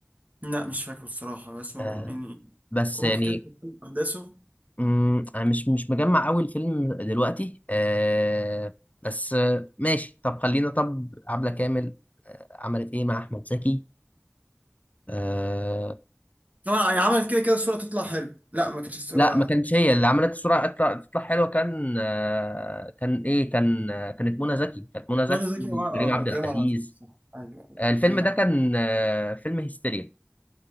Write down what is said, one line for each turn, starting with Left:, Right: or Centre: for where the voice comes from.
Right: لا مش فاكره الصراحة بس هو-
Left: آه،
Right: يعني
Left: بس
Right: هو ممكن
Left: يعني
Right: كده تكون أحداثه
Left: مم، انا مش مش مجمع قوي الفيلم دلوقتي آه، بس آه، ماشي طب خلينا طب عبله كامل عملت ايه مع احمد زكي آه،
Right: طبعا هي عملت كده كده الصورة تطلع حلو لا ما كانتش الصورة
Left: لا ما كانتش هي اللي عملت الصورة تطلع تطلع حلوة كان آه، كان إيه كان آه، كانت منى زكي كانت منى زكي
Right: منى زكي و-
Left: وكريم
Right: اه
Left: عبد
Right: آه، وكريم
Left: العزيز
Right: عبد العزيز صح أيوه أيوه
Left: آه، الفيلم
Right: وكان
Left: ده كان آه، فيلم هيستيريا